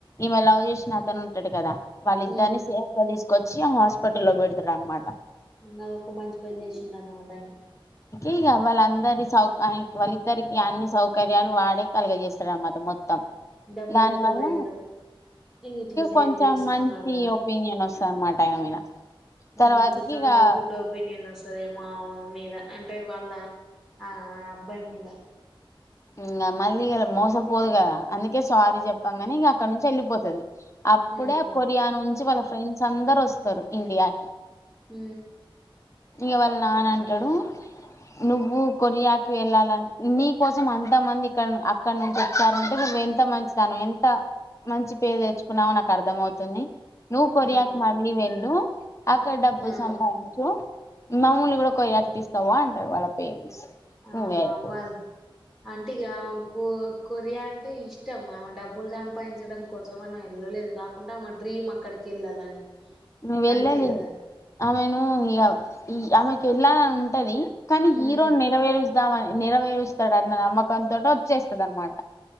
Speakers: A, on the left; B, in the centre.
A: ఈమె లవ్ చేసిన అతను ఉంటాడు కదా వాళ్లిద్దర్ని
B: ఉమ్
A: సేఫ్ గ దీస్ కొచ్చి హాస్పిటల్లో పెడతా అనమాట
B: ఇంగ అదొక మంచి పని చేసిండ అనమాట టైం
A: ఇగా వాళ్ళ అందరి సౌక అ వాళ్ళిద్దరికి అన్ని సౌకర్యాలు వాడే కలగ చేేస్ తడనా మొత్తం
B: డబ్బులు
A: దాని
B: ఎత్తుకపోయిండు
A: వల్ల
B: ఇట్లా సేవ్
A: కొంచెం
B: చేసుకున్నాడు
A: ఇగ మంచి ఒపీనియన్ వస్ టమాటాయన మీద
B: ఊ
A: తర్వాతకి
B: కొంచెం
A: ఇక
B: ఇగ గుడ్ ఒపీనియన్ వస్తదేమో ఆమ మీద అంటే వాళ్ళ ఆ అబ్బాయి మీద
A: ఇ మళ్ళీ మోసపోదు కదా అందుకే సారీ చెప్పంగనే ఇంగ అక్కడ నుంచి వెళ్లిపోతది అప్పుడే
B: ఉమ్
A: కొరియా నుంచి వాళ్ళ ఫ్రెండ్స్ అందరు వస్తారు ఇండియాకి
B: ఊ
A: ఇక వాళ్ళ నాన అంటాడు నువ్వు కొరియాకి వెళ్ళాలని నీ కోసం అంత మంది ఇక్కడ అక్కడ నుంచి వచ్చారంటే నువ్వు ఎంత మంచి దానివి ఎంత మంచి పేరు తెచ్చుకున్నావో నాకు అర్థం అవుతుంది నువ్ కొరియాకి
B: ఉమ్
A: మళ్లీ వెళ్లు అక్కడ డబ్బులు
B: ఆ
A: సంపాదించు మామూలు కూడా ఒక <unintelligible> అంటారు వాళ్ళ పేరెంట్స్ ఇంగ
B: ఆహా
A: అయిపో
B: వాల్ అంటే ఇగ కొ ఆ కొరియా అంటే ఇష్టం ఆమె డబ్బులు సంపాదించడం కోసం మనం వెళ్ళలేదు కాకుండా ఆమె డ్రీమ్ అక్కడికి వెళ్ళాలని
A: నువ్ వెళ్ళాలి
B: అంతే కదా
A: ఆమెను ఇగ ఈ ఆమెకి వెళ్ళాలని ఉంటది కానీ హీరో
B: ఉమ్
A: నెరవేరు వద్దామని నెరవేరుస్తాడన్న నమ్మకంతోట వచ్చేస్తదనమాట